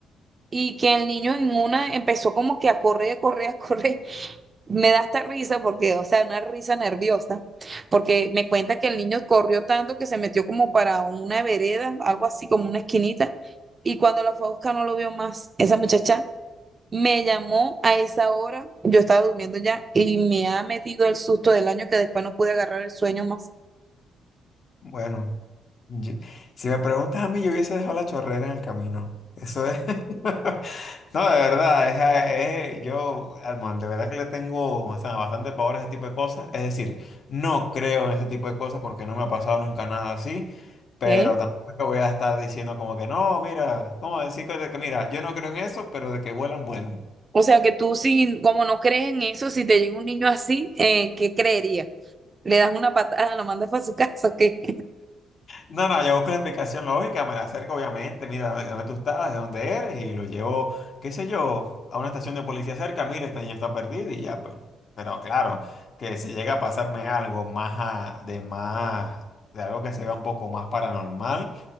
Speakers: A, on the right; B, on the left.
A: y que el niño en una empezó como que a correr, a correr, <laughs> a correr, me da esta risa porque, o sea, una risa nerviosa, porque me cuenta que el niño corrió tanto que se metió como para una vereda, algo así como una esquinita, y cuando lo fue a buscar no lo vio más. Esa muchacha me llamó a esa hora, yo estaba durmiendo ya, y me ha metido el susto del año que después no pude agarrar el sueño más.
B: Bueno, yo- si me preguntas a mí, yo hubiese dejado la chorrera en el camino. Eso es. <laughs> No, de verdad, es, eh, es- yo, Armando, de verdad que le tengo, o sea, bastante pavor a ese tipo de cosas. Es decir, no creo en ese tipo de cosas porque no me ha pasado nunca nada así, pero
A: ¿Eh?
B: Claro. tampoco es que voy a estar diciendo como que no, mira, como decir que, de que mira, yo no creo en eso, pero de que vuelan, vuelan.
A: O sea, que tú, si, como no crees en eso, si te llega un niño así, eh, ¿qué creería? ¿Le das una patada, lo mandas para su casa o qué?
B: No, no, yo busco la explicación lógica, me la acerco obviamente, mira de dónde tú estás, de dónde eres, y lo llevo, qué sé yo, a una estación de policía cerca, mira, esta niña está perdida y ya, pues. Pero claro, que si llega a pasarme algo más a- de más, de algo que sea un poco más paranormal,